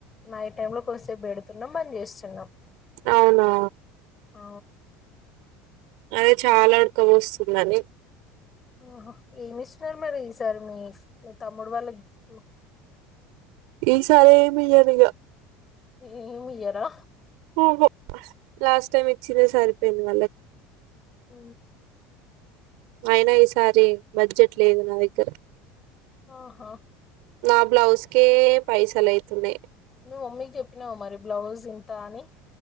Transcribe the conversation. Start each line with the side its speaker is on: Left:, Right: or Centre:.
Left: నైట్ టైం లో కొంసేపు పెడుతున్నం బంద్ చేస్తున్నం
Right: అవునా
Left: ఆ
Right: అదే చాలా ఉడక వస్తుందని
Left: ఆహ ఏమి ఇస్తున్నారు మరి ఈసారి మీ తమ్ముడు వాళ్ళకి గిఫ్ట్
Right: ఈ సారా ఏమియ్యనింక
Left: ఏమ్ మీయరా
Right: ఓహో లాస్ట్ టైమ్ ఇచ్చిన సరికి మళ్లె
Left: అ
Right: అయినా ఈసారి బడ్జెట్ లేదు నా దగ్గర
Left: ఆహా
Right: నా బ్లౌస్ కే పైసలైతున్నాయ్
Left: మమ్మీకి చెప్పినావా మరి బ్లౌజ్ ఇంత అని